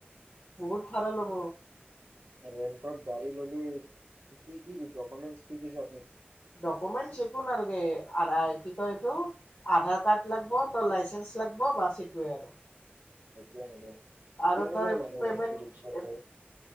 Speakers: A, on the left; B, on the right.
A: বহুত ভাড়া ল'ব
B: ৰেণ্টত গাড়ী ললি কি কি ডকুমেণ্ট কি কিছে আপ
A: ডকুমেণ্ট একো নালগে তই এইটো আধাৰ কাৰ্ড লাগব তই লাইচেন্ঞ্চ লাগব বছ সেইটোৱে আৰু
B: সেইটোৱে নেকি
A: আৰু
B: কেনেকুৱা
A: ত‌ই
B: মানে
A: পেমেণ্ট
B: ই ৰিক্সাত লৈ